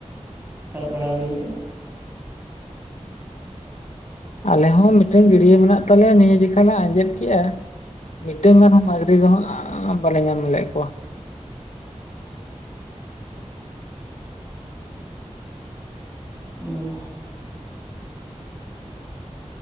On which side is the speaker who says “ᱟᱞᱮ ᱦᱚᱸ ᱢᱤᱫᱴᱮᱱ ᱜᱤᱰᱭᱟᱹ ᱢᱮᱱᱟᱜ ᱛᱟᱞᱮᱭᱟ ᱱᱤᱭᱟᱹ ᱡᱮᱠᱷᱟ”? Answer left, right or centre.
Left